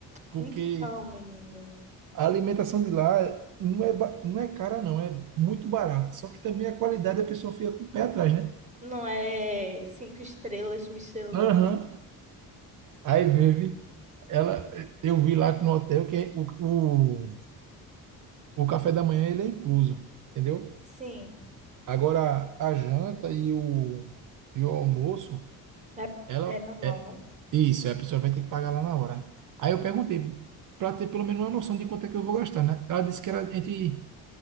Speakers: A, on the right; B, on the right.
A: porque
B: Então, menino,
A: A alimentação de lá não é, ba- não é cara, não, é muito barata. Só que também a qualidade a pessoa fica com o pé atrás, né?
B: não é cinco estrelas Michelin,
A: Aham.
B: né?
A: Aí vive. Ela, eu vi lá no hotel que o, o, o café da manhã ele é incluso, entendeu?
B: Sim,
A: Agora a janta e o, e o almoço,
B: é,
A: ela
B: é normal,
A: é
B: né?
A: isso, a pessoa vai ter que pagar lá na hora. Aí eu perguntei, para ter pelo menos uma noção de quanto é que eu vou gastar, né? Ela disse que era entre